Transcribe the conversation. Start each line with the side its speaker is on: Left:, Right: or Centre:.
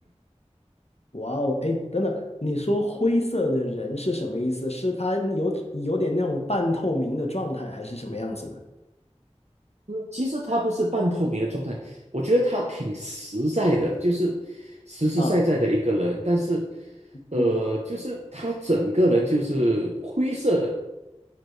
Left: 哇哦，哎，等等，你说灰色的人是什么意思？是他有有点那种半透明的状态，还是什么样子呢？
Right: 嗯其实他不是半透明的状态，我觉得他挺实在的，就是实实在在的一个人，
Left: 啊，
Right: 但是，呃，
Left: 嗯，
Right: 就是他整个人就是灰色的，